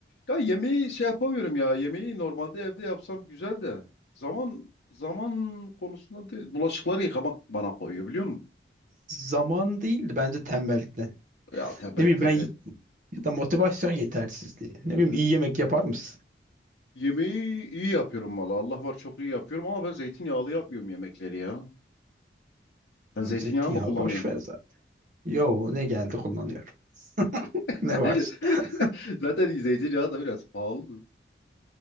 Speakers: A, on the left; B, on the right.
A: Ya yemeği şey yapamıyorum ya yemeği normalde evde yapsam güzel de zaman zaman konusunda değil. Bulaşıkları yıkamak bana koyuyor biliyor musun?
B: Zaman değildi bence tembellikten.
A: Ya tembellikten
B: Ne bileyim ben
A: değil.
B: ya da motivasyon yetersizliği. Ne
A: Ee,
B: bileyim iyi yemek yapar mısın?
A: yemeği iyi yapıyorum valla Allah var çok iyi yapıyorum ama ben zeytinyağlı yapmıyorum yemekleri ya. Sen zeytinyağı
B: Zeytinyağlı
A: mı kullanıyorsun?
B: boş ver zaten. Yo ne geldi kullanıyorum.
A: <laughs>
B: Ne varsa. <laughs>
A: Zaten zeytinyağı da biraz pahalı.